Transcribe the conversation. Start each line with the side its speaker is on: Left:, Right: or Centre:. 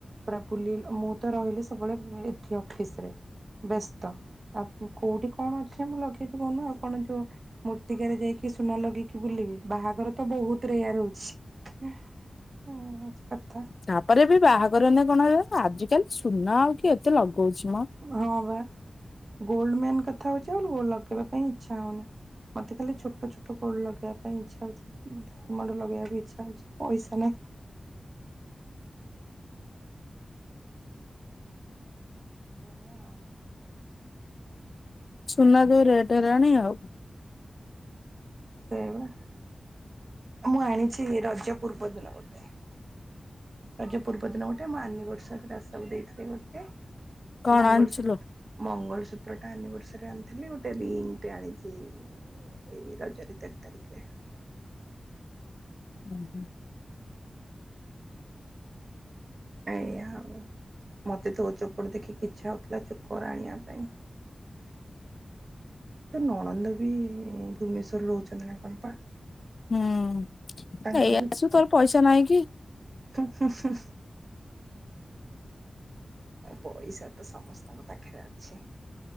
Right: ପୁରା ବୁଲି ମୁଁ ତ ରହିଲି ସବୁବେଳେ ଏଠି ଅଫିସ ରେ। ବ୍ୟସ୍ତ ଆଉ କୋଉଠି କଣ ଅଛି ଯେ ମୁଁ ଲଗେଇବି କହୁନୁ ଆଉ କଣ ଯୋଉ। ମୂର୍ତ୍ତିକାରେ ଯାଇକି ସୁନା ଲଗେଇକି ବୁଲିବି ବାହାଘର ତ ବହୁତ ରେୟାର ହଉଛି। ଓହଁ କଥା।
Left: ତାପରେ ବି ବାହାଘର କଣ ହେଲେ ଆଜିକାଲି ସୁନା ଆଉ କିଏ ଏତେ ଲଗଉଛି ମୋ।
Right: ହଁ ବା ଗୋଲ୍ଡ ମେନ୍ କଥା ହଉଛି ଆଉ ଲଗେଇବା ପାଇଁ ଇଚ୍ଛା ହେଉନି। ମତେ ଖାଲି ଛୋଟ ଛୋଟୋ ଗୋଲ୍ଡ ଲଗେଇବା ପାଇଁ ଇଚ୍ଛା ହଉଛି। ଡାଇମଣ୍ଡ ଲଗେଇବାକୁ ଇଚ୍ଛା ହଉଛି ପଇସା ନାହିଁ। ବଢ଼ିଆ।
Left: ସୁନା ଯୋଉ ରେଟ୍ ହେଲାଣି ଆଉ।
Right: ସେୟା ବା ମୁଁ ଆଣିଛି ରଜ ପୂର୍ବ ଦିନ ଗୋଟେ। ରଜ ପୂର୍ବ ଦିନ ଗୋଟେ ମୋ ଆନିଭର୍ଷରି ରେ ଦାସ ବାବୁ ଦେଇଥିଲେ ଗୋଟେ
Left: କଣ
Right: ମଙ୍ଗଳସୂ
Left: ଆଣିଥିଲୁ?
Right: ମଙ୍ଗଳସୂତ୍ରଟା ଆନିଭର୍ଷରୀ ରେ ଆଣିଥିଲି ଗୋଟେ ରିଙ୍ଗଟେ ଆଣିଛି। ଏଇ ରଜରେ ତେର ତାରିଖରେ।
Left: ହୁଁ ହୁଁ।
Right: ଏଇଆ ଆଉ ମତେ ତୋ ଚୋକର ଦେଖିକି ଇଚ୍ଛା ହଉଥିଲା ଚୋକର ଆଣିବା ପାଇଁ। ତୋ ନଣନ୍ଦ ବି ଭୁବନେଶ୍ୱର ରେ ରହୁଛନ୍ତି ନା କଣ ପା?
Left: ହୁଁ ନେଇଆସିବୁ
Right: ତାଙ୍କର
Left: ତୋର ପଇସା ନାହିଁ କି?
Right: ହଁ ହଁ ହଁ ପଇସା। ତ ସମସ୍ତଙ୍କ ପାଖରେ ଅଛି।